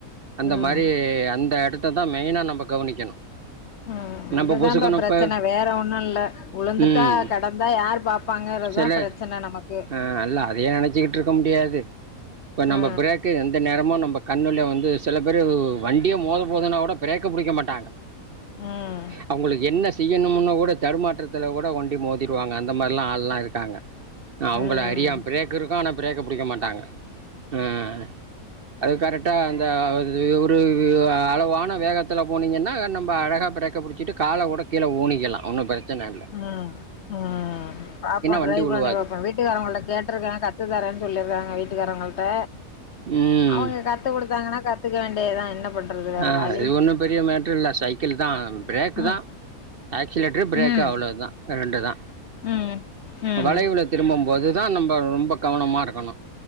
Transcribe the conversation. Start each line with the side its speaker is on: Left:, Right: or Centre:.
Right: அந்த
Left: ம்
Right: மாரி அந்த எடத் ததான் மெய்னா நம்ம கவனிக்கணும்
Left: அ
Right: நம்ப
Left: அதுதான்ப்பா
Right: பொசுக்குனு
Left: பிரச்சன
Right: இப்ப
Left: வேற ஒன்னும் இல்ல உழுந்துட்டா
Right: ம்
Left: கடந்தா யார் பாப்பாங்கறதுதா
Right: சில
Left: பிரச்சன நமக்கு
Right: ஆ அல்ல அதையே நெனைச்சுகிட் இருக்க முடியாது இப்ப நம்ம
Left: ஆ
Right: பிரேக்கு எந்த நேரமு நம்ம கண்ணுல வந்து சில பேரு வண்டியே மோத போதுன்னா கூட பிரேக்க புடிக்க மாட்டாங்க
Left: ம்
Right: அவுங்களுக்கு என்ன செய் செய்யனும்முன்னு கூட தடுமாற்றத் துல கூட ஒண்டி மோதிர்வாங்க அந்த மாதிரிலா ஆள்லா இருக்காங்க அவுங்கள
Left: ம்
Right: அறியா பிரேக் இருக்கு ஆனா பிரேக்க புடிக்க மாட்டாங்க ம் அது கரெக்டா அந்த இது ஒரு அளவான வேகத்துல போனீங்கன்னா நம்ம அழகா பிரேக்க புடிச்சிட்டு கால கூட கீழ ஊனிக்கலா ஒன்னு பிரச்சன
Left: ம் ம் பாப்போம் ட்ரைப்
Right: வண்டி விழுவாது
Left: பண்ணி பாப்போம் வீட்டுக்காரவுங்கள்ட கேட்டிருக்கே கத்து தரேன்னு சொல்லிருக்காங்க வீட் வீட்டுக்காரவுங்கள்ட
Right: ம்
Left: அவுங்க கத்து குடுத்தாங்கனா கத்துக்க வேண்டிதா என்ன பண்றது வேற
Right: ஆ
Left: வழி
Right: இது ஒண்ணும் பெரிய மேட்ர் இல்ல சைக்கிள் தான் பிரேக்கு
Left: ம்
Right: தா ஆக்சிலேட்ரு பிரேக்கு
Left: ம்
Right: அவ்ளோ தா ரெண்டு தா
Left: ம் ம்
Right: வளைவுல திரும்பும் போது தா தா நம்ப ரொம்ப கவனமா இருக்கணு